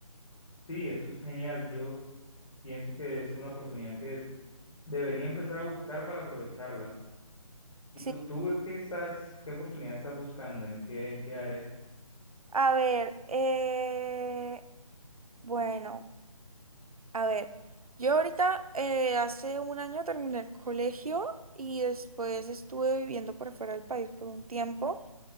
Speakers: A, on the left; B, on the right.
A: Sí, eso es genial. Yo pienso que es una oportunidad que debería empezar a buscar para aprovecharla. ¿Y
B: Sí.
A: tú, tú qué estás, qué oportunidad estás buscando? ¿En qué, en qué área?
B: A ver, eh, bueno, a ver, yo ahorita eh, hace un año terminé el colegio y después estuve viviendo por fuera del país por un tiempo.